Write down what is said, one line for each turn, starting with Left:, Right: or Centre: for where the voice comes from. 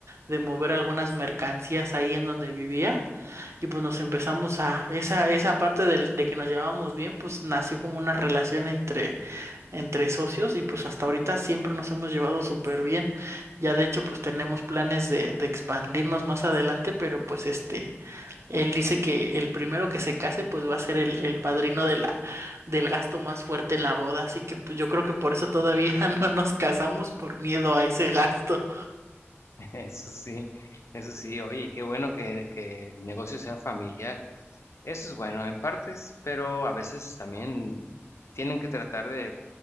Right: de mover algunas mercancías ahí en donde vivía y pues nos empezamos a, esa, esa parte del- de que nos llevábamos bien, pues nació como una relación entre entre socios y pues hasta ahorita siempre nos hemos llevado súper bien. Ya de hecho pues tenemos planes de, de expandirnos más adelante, pero pues este, él dice que el primero que se case pues va a ser el, el padrino de la, del gasto más fuerte en la boda, así que pues, yo creo que por eso todavía <laughs> no nos casamos por miedo a ese gasto.
Left: <laughs> eso sí, eso sí, oye, qué bueno que, que el negocio sea familiar. Eso es bueno en partes, pero a veces también tienen que tratar de